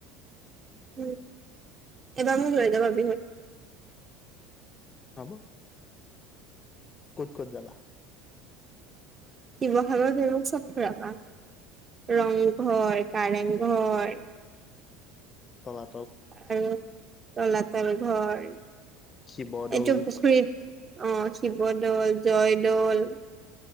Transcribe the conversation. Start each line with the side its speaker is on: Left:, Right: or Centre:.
Right: উ এবাৰ মোৰ লৈ যাবা বিহুত।
Left: হব। ক'ত ক'ত যাবা?
Right: শিৱসাগৰ তুমি মোক চব ফুৰাবা ৰংঘৰ কাৰেং ঘৰ।
Left: তলা
Right: আৰু তলাতল ঘৰ,
Left: শিৱদৌল
Right: এইটো পুখুৰীত আহ শিৱদৌল জয়দৌল।